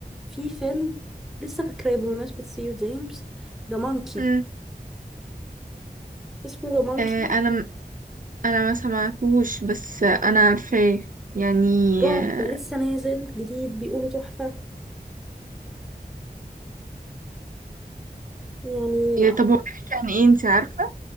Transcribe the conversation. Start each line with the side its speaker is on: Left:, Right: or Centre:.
Centre: في فيلم لسه فاكراه بمناسبة سيو جيمس ذا مونكي
Right: مم.
Centre: اسمه ذا مونكي
Right: آه، انا انا ما سمعتوش بس انا عارفاه يعني
Centre: رعب
Right: آه،
Centre: لسه نازل جديد بيقولوا تحفة يعني
Right: طب هو بيحكي عن ايه انتي عارفة